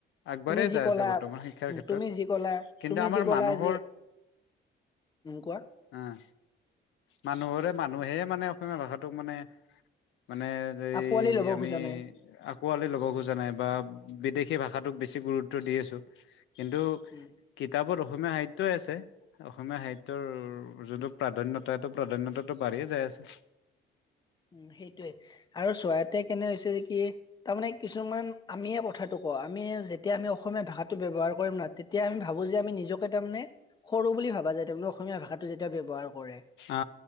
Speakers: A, on the left (about 75°); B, on the left (about 20°).
A: আগবাঢ়ি
B: তুমি যি
A: যাই
B: কলা
A: আছে বৰ্তমান শিক্ষাৰ
B: উম,
A: ক্ষেত্ৰত।
B: তুমি যি কলা
A: কিন্তু
B: তুমি
A: আমাৰ
B: যি কলা
A: মানুহ
B: যে উম কোৱা
A: অঁ মানুহৰে মানুহে
B: উম,
A: মানে অসমীয়া ভাষা, ত মানে, মানে এই
B: আঁকোৱালি লব
A: আমি
B: খোজা নাই
A: আকোৱালি ল'ব খোজা নাই বা বিদেশী ভাষাত, ত বেছি গুৰুত্ব দি আছো। কিন্তু
B: উম
A: কিতাপত ৰখ, অসমীয়া সাহিত্যই আছে। অসমীয়া সাহিত্যৰ যোনটো প্ৰাধন্যত, তাতো প্ৰাধান্যতাটো বাঢ়িয়ে যায় আছে।
B: উম সেইটোৱে। আৰু চৰাইতে কেনে হৈছে যে কি, তাৰমানে কিছুমান আমিয়ে কথাটোক, আমি যেতিয়া আমি অসমীয়া ভাষাটো ব্যৱহাৰ কৰিম ন, তেতিয়া আমি ভাবো যে, আমি নিজকে তাৰমানে সৰু বুলি ভাবা যায়। তুমি অসমীয়া ভাষাত, যেতিয়া ব্যৱহাৰ কৰে,
A: অ